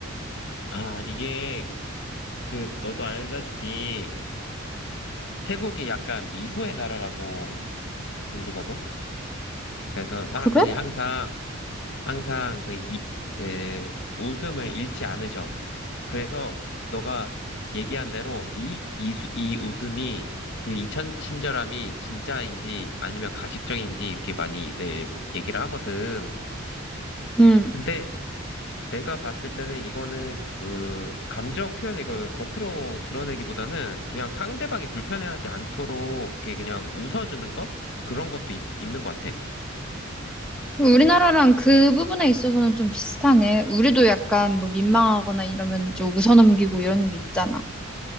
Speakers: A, on the left; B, in the centre.
A: 아, 이게, 그, 너도 알다시피, 태국이 약간 미소의 나라라고 불리거든. 그래서 사람들이
B: 그래?
A: 항상 항상 그 입, 에, 웃음을 잃지 않으셔. 그래서 너가 얘기한 대로 이, 이, 수- 이 웃음이 그 이 천, 친절함이 진짜인지 아니면 가식적인지 이렇게 많이들 얘기를 하거든.
B: 음.
A: 근데 내가 봤을 때는 이거는 그 감정 표현 이걸 겉으로 드러내기보다는 그냥 상대방이 불편해하지 않도록 이렇게 그냥 웃어주는 거 그런 것도 있, 는것 같아.
B: 우리나라랑 그 부분에 있어서는 좀 비슷하네. 우리도 약간 뭐 민망하거나 이러면 좀 웃어넘기고 이러는 게 있잖아.